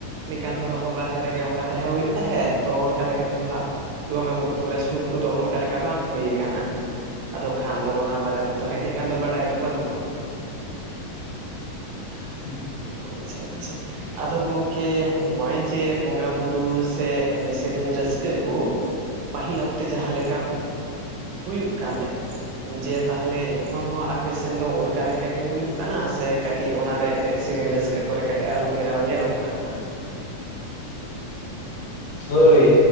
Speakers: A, on the right; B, on the left.
A: ᱱᱤᱝᱠᱟᱱ ᱦᱚᱲ ᱦᱚᱸ ᱵᱟᱨᱦᱮ ᱨᱮᱜᱮ ᱚᱱᱠᱟ ᱛᱟᱦᱮᱸ ᱦᱩᱭᱩᱜ ᱛᱟᱦᱮᱸᱫ ᱛᱚ ᱚᱱᱠᱟ ᱞᱮᱠᱟᱛᱮᱫᱚ ᱦᱟᱸᱜ ᱵᱚᱸᱜᱟ ᱵᱩᱨᱩ ᱠᱚᱨᱮ ᱥᱩᱨ ᱠᱚᱫᱚ ᱚᱱᱠᱟ ᱞᱮᱠᱟ ᱵᱟᱝ ᱦᱩᱭᱩ ᱟᱠᱟᱱᱟ᱾ ᱟᱫᱚ ᱠᱷᱟᱱ ᱫᱚ ᱚᱱᱟ ᱵᱟᱨᱮ ᱛᱮᱫᱚ ᱦᱟᱸᱜ ᱤᱱᱟᱹᱜ ᱜᱟᱱ ᱫᱚ ᱵᱟᱰᱟᱭ ᱫᱚ ᱵᱟᱹᱱᱩᱜᱼᱟ᱾ ᱦ <unintelligible>
B: ᱦᱩᱸ <unintelligible>
A: ᱟᱪᱪᱷᱟ ᱟᱪᱪᱷᱟ ᱟᱫᱚ ᱜᱚᱝᱠᱮ ᱦᱚᱜᱼᱚᱭ ᱪᱮ ᱵᱚᱸᱜᱟ ᱵᱩᱨᱩ ᱥᱮ ᱮᱱᱮᱡ ᱥᱮᱨᱮᱧ ᱨᱟᱹᱥᱠᱟᱹ ᱠᱚ ᱯᱟᱹᱦᱤᱞ ᱚᱠᱛᱮ ᱡᱟᱦᱟᱸ ᱞᱮᱠᱟ ᱦᱩᱭ ᱦᱩᱭᱩᱜ ᱠᱟᱱ ᱡᱮ ᱛᱟᱦᱚᱞᱮ ᱮᱠᱷᱚᱱ ᱦᱚᱸ ᱟᱯᱮ ᱥᱮᱫ ᱥᱮᱱ ᱫᱚ ᱚᱱᱠᱟ ᱞᱮᱠᱟ ᱜᱮ ᱦᱩᱭᱩᱜ ᱠᱟᱱᱟ ᱥᱮ ᱠᱟᱹᱴᱤᱡ ᱚᱱᱟᱨᱮ ᱮᱱᱮᱡ ᱥᱮᱨᱮᱧ ᱨᱟᱹᱥᱠᱟᱹ ᱠᱚᱨᱮ ᱠᱟᱹᱴᱤᱡ ᱟᱹᱨᱩ ᱯᱷᱮᱨᱟᱣ ᱧᱮᱞᱚᱜ ᱠᱟᱱᱟ?
B: ᱦᱳᱭ